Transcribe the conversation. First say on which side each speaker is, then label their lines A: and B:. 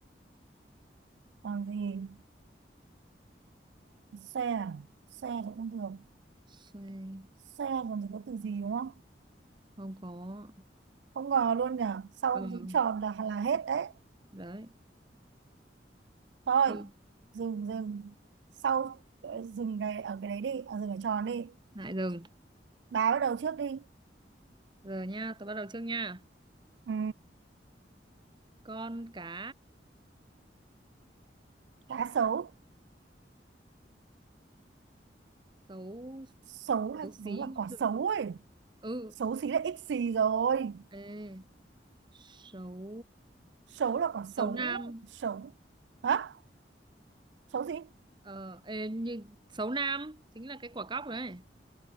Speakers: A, on the right; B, on the right.
A: còn gì xe à? xe thì cũng được
B: xoe
A: xe còn gì có từ gì đúng không
B: không có
A: Không ngờ luôn nhở Sau
B: ừ
A: giữ tròn là là hết đấy.
B: đấy
A: Thôi,
B: ừ.
A: dừng dừng. Sau ờ, dừng cái ở cái đấy đi, ở dừng ở tròn đi.
B: lại dừng
A: Bà bắt đầu trước đi.
B: giờ nha tôi bắt đầu trước nha
A: Ừ,
B: con cá
A: cá sấu.
B: xấu
A: Sấu là
B: xấu
A: giống
B: xí
A: là quả
B: cũng được
A: sấu ấy.
B: ừ
A: xấu xí là ít xì rồi.
B: ê xấu
A: Sấu là quả
B: xấu
A: sấu,
B: nam
A: sấu. Hả? Sấu gì?
B: ờ ê, như xấu nam chính là cái quả cóc đấy